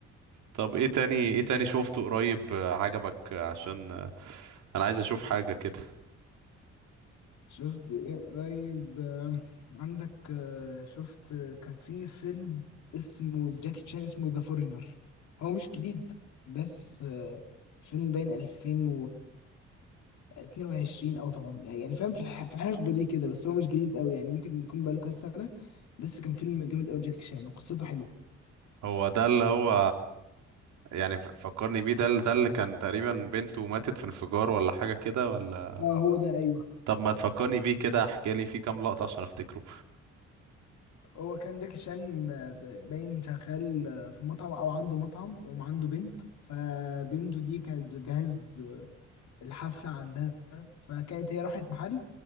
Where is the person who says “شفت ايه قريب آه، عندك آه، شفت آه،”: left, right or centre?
Left